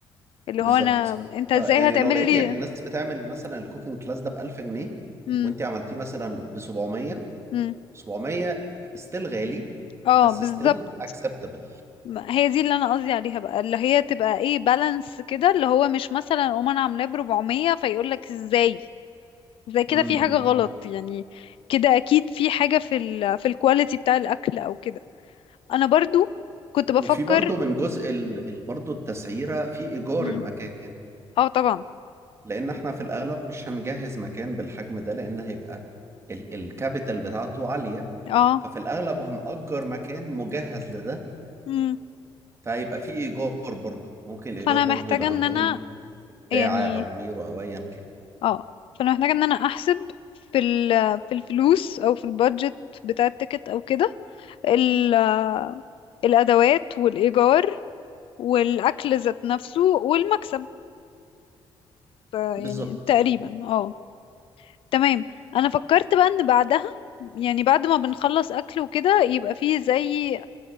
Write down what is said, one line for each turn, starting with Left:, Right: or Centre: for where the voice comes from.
Left: اللي
Right: بالظبط
Left: هو انا انت ازاي
Right: فيعني
Left: هتعمل
Right: لو لقيتي
Left: لي
Right: الناس بتعمل مثلا الكوكينج كلاس ده ب 1000 جنيه
Left: مم.
Right: وانت عملتيه مثلا ب 700
Left: مم.
Right: 700 ستيل غالي
Left: اه
Right: بس
Left: بالظبط
Right: ستيل اكسبتبل
Left: ما- هي دي اللي انا قصدي عليها بقى اللي هي تبقى ايه بالانس كده اللي هو مش مثلا اقوم انا عاملاه ب 400 فيقول لك ازاي زي كده
Right: امم
Left: في حاجه غلط يعني كده اكيد في حاجه في ال في الكواليتي بتاع الاكل او كده انا برضو كنت بفكر
Right: وفي برضه من جزء ال... ال- برضه التسعيره في ايجار
Left: مم.
Right: المكان
Left: اه طبعا
Right: لان احنا في الاغلب مش هنجهز مكان بالحجم ده لان هيبقى ال... الكابيتال بتاعته عاليه
Left: اه
Right: ففي الاغلب هنأجر مكان مجهز لده
Left: مم.
Right: فهيبقى في ايجار برضه ممكن الايجار
Left: فانا
Right: برضه
Left: محتاجه
Right: يبقى
Left: ان
Right: عندهم
Left: انا
Right: بتاعه
Left: يعني
Right: او غيره او ايا كان
Left: اه فانا محتاجه ان انا احسب في ال في الفلوس او في البادجت بتاع التيكت او كده ال الادوات والايجار والأكل ذات نفسه والمكسب آه، يعني
Right: بالظبط
Left: تقريبا اه تمام أنا فكرت بقى إن بعدها يعني بعد ما بنخلص أكل وكده يبقى فيه زي